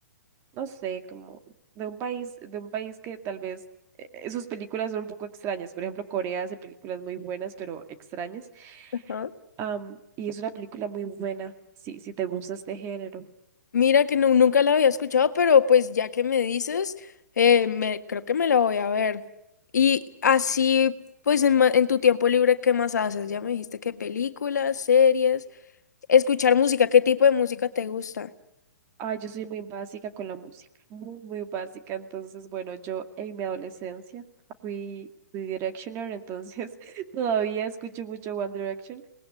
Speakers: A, on the right (about 30°); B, on the left (about 80°).
A: no sé, como de un país, de un país que tal vez eh, eh, sus películas son un poco extrañas. Por ejemplo, Corea hace películas muy buenas, pero extrañas.
B: ajá.
A: Am, y es una película muy buena, si, si te gusta este género.
B: Mira que no, nunca la había escuchado, pero pues ya que me dices, eh, me, creo que me la voy a ver. Y así, pues en, ma- en tu tiempo libre, ¿qué más haces? Ya me dijiste que películas, series, escuchar música, ¿qué tipo de música te gusta?
A: Ay, yo soy muy básica con la música, muy, muy básica. Entonces, bueno, yo en mi adolescencia fui, fui Directioner, entonces <laughs> todavía escucho mucho One Direction.